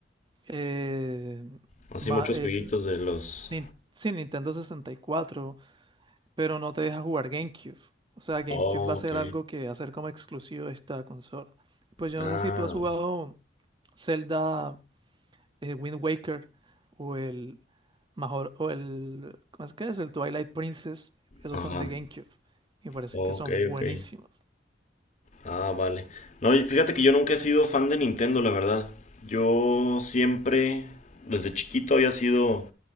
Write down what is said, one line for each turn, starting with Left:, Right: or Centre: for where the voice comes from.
Right: eh,
Left: Así
Right: ma-
Left: muchos
Right: el,
Left: jueguitos de los...
Right: nin- sí, Nintendo 64, pero no te deja jugar GameCube. O sea, GameCube
Left: Oh,
Right: va a ser
Left: ok.
Right: algo que va a ser como exclusivo de esta consola. Pues yo
Left: Ah,
Right: no sé si tú has jugado Zelda eh, Wind Waker o el Major, o el, ¿cómo es que es? El Twilight Princess, esos
Left: ajá.
Right: son de GameCube. y parece
Left: Ok,
Right: que son buenísimos.
Left: ok. Ah, vale. No, y fíjate que yo nunca he sido fan de Nintendo, la verdad. Yo siempre, desde chiquito, había sido